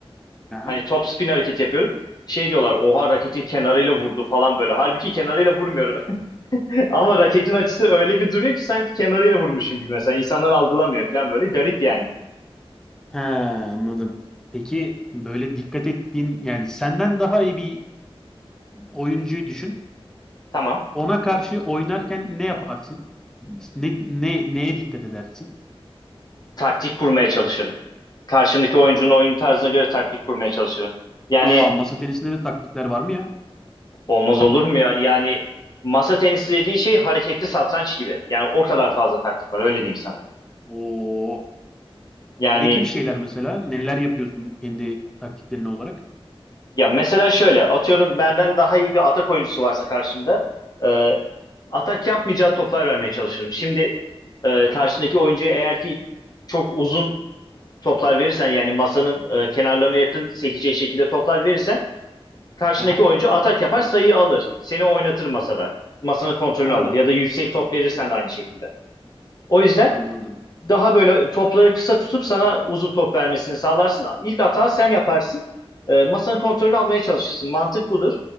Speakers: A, in the centre; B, on the left.
A: Aha.
B: hani top spin hareket yapıyorum. Şey diyorlar oha raketin kenarıyla vurdu falan böyle. Halbuki kenarıyla vurmuyorum. <laughs> Ama raketin açısı öyle bir duruyor ki sanki kenarıyla vurmuşum gibi mesela. insanlar algılamıyor falan böyle. Garip yani.
A: He anladım. Peki böyle dikkat ettiğin yani senden daha iyi bir oyuncuyu düşün.
B: Tamam.
A: Ona karşı oynarken ne yaparsın? Ne, ne, neye dikkat edersin?
B: Taktik kurmaya çalışırım. Karşımdaki oyuncunun oyun tarzına göre taktik kurmaya çalışırım. Yani
A: Aa masa tenisinde de taktikler var mı ya?
B: olmaz olur mu ya? Yani masa tenisi dediğin şey hareketli satranç gibi. Yani o kadar fazla taktik var öyle diyeyim sana.
A: Oo.
B: Yani
A: Ne gibi şeyler mesela? Neler yapıyorsun kendi taktiklerin olarak?
B: Ya mesela şöyle atıyorum benden daha iyi bir atak oyuncusu varsa karşında e, atak yapmayacağı toplar vermeye çalışırım. Şimdi e, karşındaki oyuncuya eğer ki çok uzun toplar verirsen yani masanın e, kenarlarına yakın sekeceği şekilde toplar verirsen karşındaki
A: Aha.
B: oyuncu atak yapar sayıyı alır. Seni oynatır masada. Masanın kontrolünü
A: Ha,
B: alır ya da yüksek top verirsen de aynı şekilde. O yüzden
A: anladım.
B: daha böyle topları kısa tutup sana uzun top vermesini sağlarsın. İlk hata sen yaparsın. E, masanın kontrolünü almaya çalışırsın. Mantık budur.